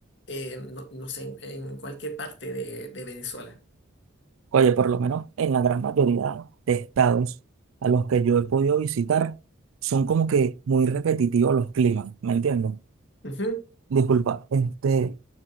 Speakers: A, on the left (about 60°); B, on the right (about 85°).
A: Eh, no, no sé, en, en cualquier parte de, de Venezuela.
B: Oye, por lo menos en la gran mayoría de estados a los que yo he podido visitar, son como que muy repetitivos los climas, ¿me entiendes?
A: Ujú,
B: Disculpa, este,